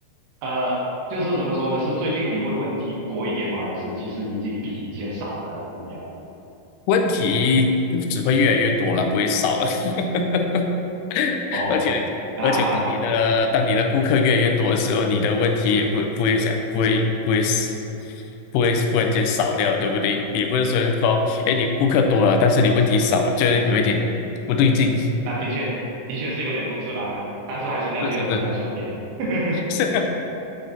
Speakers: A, on the right; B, on the left.
A: 呃，就是怎么说呢？是最近你会问题多一点吗？还是其实已经比以前少了，还是怎么样？
B: 问题只会越来越多了，不会少了。<laughs>
A: 哦，
B: 而且而且，
A: 那
B: 当你的当你的顾客越来越多的时候，你的问题也不不会想不会不会死不会忽然间少掉，对不对？你不是说说，哎，你顾客多了，但是你问题少了，就是有一点不对劲。
A: 那的确的确是有点不自然啊，但是还是那句了，
B: 是是是，
A: 节哀顺变。<laughs>
B: <laughs> 是，